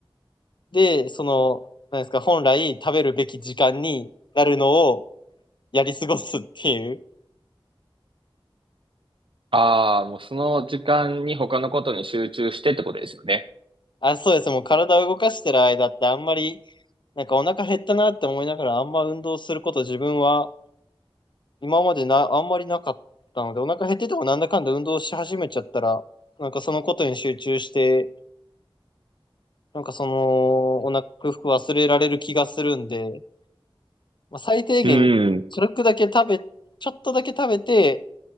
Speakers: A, on the left; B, on the right.
A: で、その、なんですか、本来食べるべき時間になるのをやり過ごすっていう。
B: ああ、もうその時間に他のことに集中してってことですよね。
A: あ、そうです。もう体を動かしてる間ってあんまり、なんかお腹減ったなって思いながらあんま運動すること自分は今までな、あんまりなかったので、お腹減っててもなんだかんだ運動し始めちゃったら、なんかそのことに集中して、なんかその、お腹、服忘れられる気がするんで、まあ、最低限、
B: うん。
A: 軽くだけ食べ、ちょっとだけ食べて、